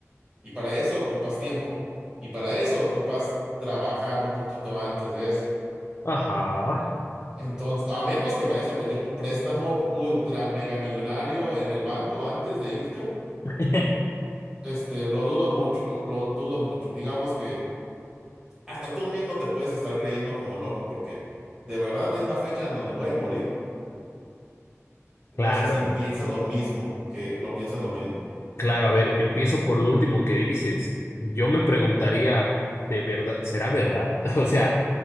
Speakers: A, on the right; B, on the left.
A: Y para eso ocupas tiempo. Y para eso ocupas trabajar un poquito antes de eso.
B: Ajá,
A: Entonces, a menos que vayas a pedir un préstamo ultra mega millonario en el banco antes de irte,
B: <laughs>
A: este, lo dudo mucho, lo dudo mucho. Digamos que hasta tú mismo te puedes estar creyendo como loco, porque de verdad es la fecha en donde voy a morir. No
B: claro,
A: sé si piensas lo mismo, que lo piensas lo mismo.
B: claro. A ver, empiezo por lo último que dices. Yo me preguntaría, ¿de verdad? ¿Será verdad? <laughs> O sea,